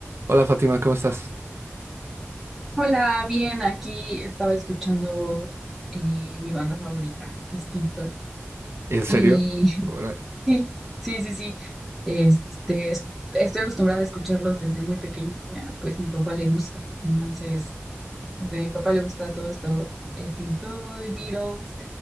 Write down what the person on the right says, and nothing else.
Hola Fátima, ¿cómo estás?
¿En serio?
Órale.